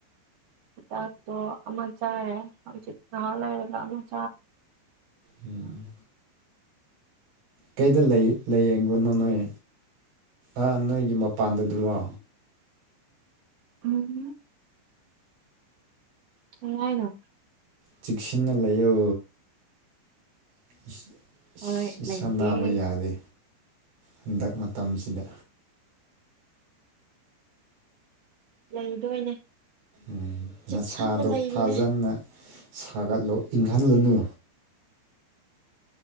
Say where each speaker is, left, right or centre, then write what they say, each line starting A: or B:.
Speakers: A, on the right; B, on the right.
A: ꯆꯥꯛ ꯇꯣꯛꯑꯥ ꯑꯃ ꯆꯥꯔꯦ ꯍꯧꯖꯤꯛ ꯉꯍꯥꯛ ꯂꯩꯔꯥꯒ ꯑꯃ <unintelligible>
B: ꯎꯝ ꯀꯩꯗ ꯂꯩ ꯂꯩꯌꯦꯡꯕꯅꯣ ꯅꯣꯏ ꯑꯥ ꯅꯣꯏꯒꯤ ꯃꯄꯥꯟꯗꯨꯗꯨꯔꯣ
A: ꯎꯝ ꯀꯩ ꯍꯥꯏꯅꯣ
B: ꯆꯤꯛꯁꯤꯟꯅ ꯂꯩꯌꯣ ꯏꯁ
A: ꯍꯣꯏ
B: ꯏꯁ ꯏꯁꯥ
A: ꯂꯩꯒꯦ
B: ꯅꯥꯕ ꯌꯥꯗꯦ ꯍꯟꯗꯛ ꯃꯇꯝꯁꯤꯗ
A: ꯂꯩꯗꯣꯏꯅꯦ
B: ꯎꯝ
A: ꯆꯦꯛꯁꯤꯟꯅ
B: ꯅꯁꯥꯗꯣ
A: ꯂꯩꯔꯤꯅꯦ
B: ꯐꯖꯅ ꯁꯥꯒꯠꯂꯣ ꯏꯪꯍꯜꯂꯨꯅꯨ